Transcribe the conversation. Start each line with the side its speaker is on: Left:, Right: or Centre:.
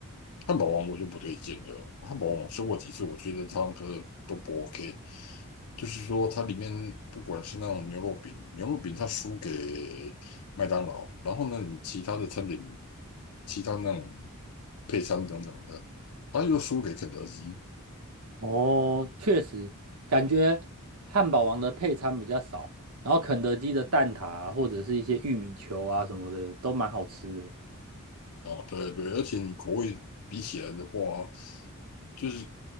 Left: 汉堡王我就不推荐了，汉堡王我吃过几次，我觉得它那个都不 OK。就是说，它里面不管是那种牛肉饼，牛肉饼它输给麦当劳，然后呢，你其他的餐点，其他那种配餐等等的，它又输给肯德基。
Right: 哦，确实，感觉汉堡王的配餐比较少，然后肯德基的蛋挞啊或者是一些玉米球啊什么的都蛮好吃的。
Left: 啊，对对，而且你口味比起来的话，就是